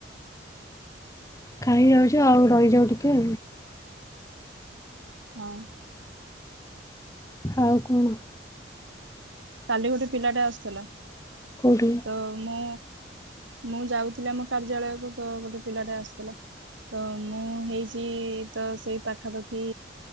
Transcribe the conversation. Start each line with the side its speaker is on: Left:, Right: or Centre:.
Left: କାହିଁ ଯାଉଛ ଆଉ ରହିଯାଅ ଟିକେ।
Right: ହଁ।
Left: ଆଉ କଣ?
Right: କାଲି ଗୋଟେ ପିଲାଟା ଆସୁଥିଲା।
Left: କୋଉଠି?
Right: ତ ମୁଁ ମୁଁ ଯାଉଥିଲି ଆମ କାର୍ଯ୍ୟାଳୟକୁ ତ ଗୋଟେ ପିଲାଟେ ଆସୁଥିଲା। ତ ମୁଁ ହେଇଛି ତ ସେଇ ପାଖାପାଖି